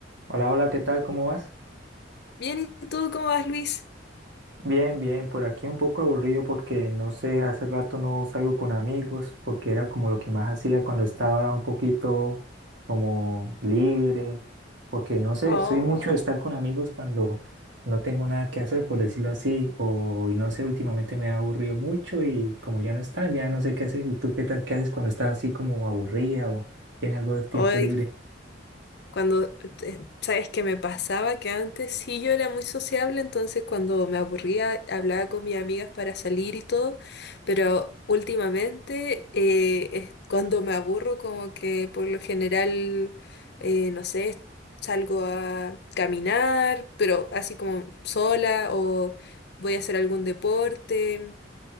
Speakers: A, on the right; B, on the left.
A: Hola, hola, ¿qué tal? ¿Cómo vas?
B: Bien, ¿y tú cómo vas, Luis?
A: Bien, bien, por aquí un poco aburrido porque no sé, hace rato no salgo con amigos porque era como lo que más hacía cuando estaba un poquito como libre, porque no sé,
B: Oh,
A: soy mucho de estar con amigos cuando no tengo nada que hacer, por decirlo así, o y no sé, últimamente me ha aburrido mucho y como ya no están, ya no sé qué hacer. ¿Y tú qué tal? ¿Qué haces cuando estás así como aburrida o tienes algo de tiempo
B: hoy,
A: libre?
B: cuando, eh, sabes que me pasaba que antes sí yo era muy sociable, entonces cuando me aburría hablaba con mis amigas para salir y todo, pero últimamente eh, es- cuando me aburro como que por lo general, eh, no sé, salgo a caminar, pero así como sola o voy a hacer algún deporte